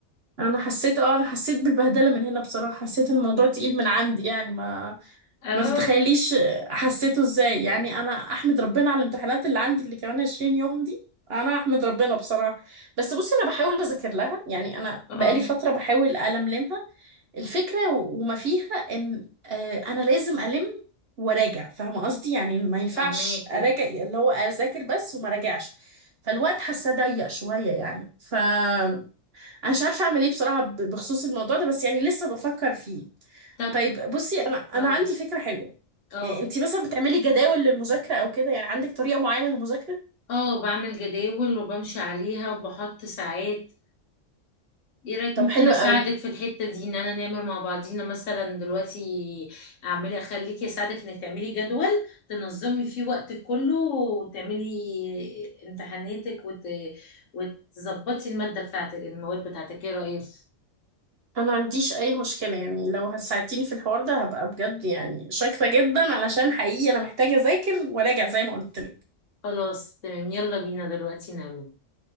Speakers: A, on the right; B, on the left.
A: انا حسيت اه انا حسيت بالبهدلة من هنا بصراحة حسيت الموضوع تقيل من عندي يعني ما
B: اه
A: ما تتخيليش حسيته ازاي يعني انا احمد ربنا على الامتحانات اللي عندي اللي كمان 20 يوم دي انا احمد ربنا بصراحه بس بصي انا بحاول اذاكر لها يعني انا
B: اه
A: بقالي فتره بحاول الملمها الفكره و- وما فيها ان آه، انا لازم الم وراجع فاهمه قصدي يعني ما ينفعش
B: فاهماكي
A: اراجع اللي هو اذاكر بس وما راجعش فالوقت حاسه ضيق شويه يعني ف انا مش عارفه اعمل ايه بصراحه ب- بخصوص الموضوع ده بس يعني لسه بفكر فيه
B: طب
A: طيب بصي انا انا
B: اه
A: عندي فكره حلوه
B: اه
A: يعني انت مثلا بتعملي جداول للمذاكره او كده يعني عندك طريقه معينه للمذاكره
B: اه بعمل جداول وبمشي عليها وبحط ساعات ايه رايك
A: طب
B: ممكن
A: حلو
B: اساعدك
A: قوي
B: في الحته دي ان انا نعمل مع بعضينا مثلا دلوقتي اعملي اخليكي اساعدك انك تعملي جدول تنظمي فيه وقتك كله وتعملي امتحاناتك وت... وتظبطي الماده بتاعتك المواد بتاعتك ايه رايك
A: انا ما عنديش اي مشكله يعني لو هساعدتيني في الحوار ده هبقى بجد يعني شاكره جدا علشان حقيقي انا محتاجه اذاكر وراجع زي ما قلت لك
B: خلاص تمام يلا بينا دلوقتي نعمل